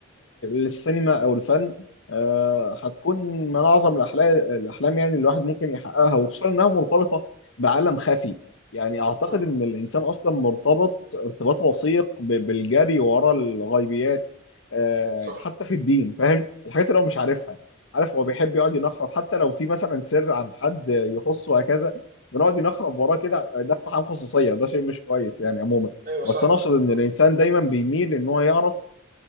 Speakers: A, on the left; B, on the right.
A: السينما او الفن آه، هتكون من اعظم الاحلام الاحلام يعني الواحد ممكن يحققها وخصوصا انها مرتبطه بعالم خفي يعني اعتقد
B: امم
A: ان الانسان اصلا مرتبط ارتباط وثيق ب- بالجري ورا الغيبيات آه،
B: صح
A: حتى في الدين فاهم الحاجات اللي هو مش عارفها
B: امم
A: عارف هو بيحب يقعد ينخرب حتى لو في مثلا سر عن حد يخصه وهكذا بنقعد ينخرب وراه كده ده اقتحام خصوصيه ده شيء مش كويس يعني عموما
B: ايوه صح
A: بس انا اقصد ان
B: مم.
A: الانسان دايما بيميل ان هو يعرف